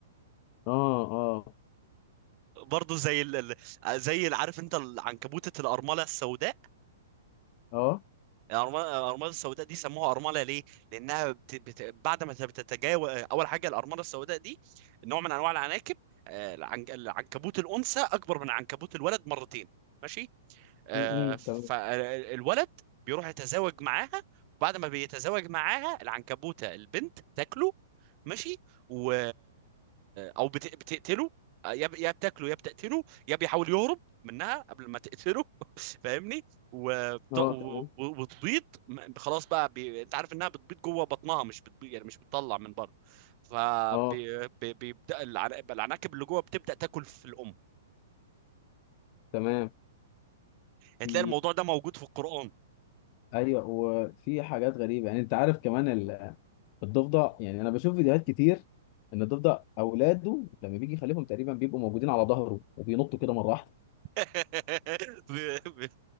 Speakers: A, on the left; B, on the right.
A: اه اه
B: برضه زي ال... ال- زي اللي عارف انت العنكبوتة الارمله السوداء
A: اه
B: الأرما- الأرماد السوداء دي سموها أرملة ليه؟ لأنها بت... بت... بعد ما بتتجاوز أول حاجة الأرملة السوداء دي نوع من أنواع العناكب آه، العنك... العنكبوت الأنثى أكبر من عنكبوت الولد مرتين ماشي آه،
A: م- م،
B: ف-
A: تمام
B: فالولد بيروح يتزاوج معاها وبعد ما بيتزاوج معاها العنكبوتة البنت تاكله ماشي و او بت- بتقتله يا ب- يا بتاكله يا بتقتله يا بيحاول يهرب منها قبل ما تقتله <laughs> فاهمني وبت...
A: اه
B: و-
A: تمام
B: و- وتبيض م- خلاص بقى بي... انت عارف انها بتبيض جوه بطنها مش بتبيض يعني مش بتطلع من بره فبيبدا
A: اه
B: العناكب اللي جوه بتبدا تاكل في الام
A: تمام
B: هتلاقي
A: دي
B: الموضوع ده موجود في القرآن
A: ايوه وفي حاجات غريبه يعني انت عارف كمان ال- الضفدع يعني انا بشوف فيديوهات كتير ان الضفدع اولاده لما بيجي يخلفهم تقريبا بيبقوا موجودين على ظهره وبينطوا كده مره واحده
B: <laughs> بي- بي-